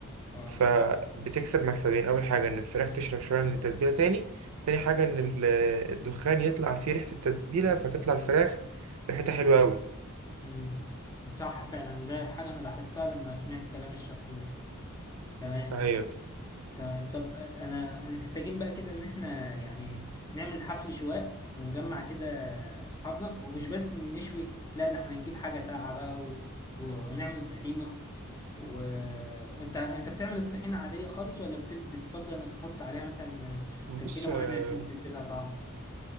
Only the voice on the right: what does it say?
فبتكسب مكسبين اول حاجه ان الفراخ تشرب شويه من التتبيله تاني تاني حاجه ان ال- آه، الدخان يطلع فيه ريحه التتبيله فتطلع الفراخ ريحتها حلوه قوي
طيب
بص
آه،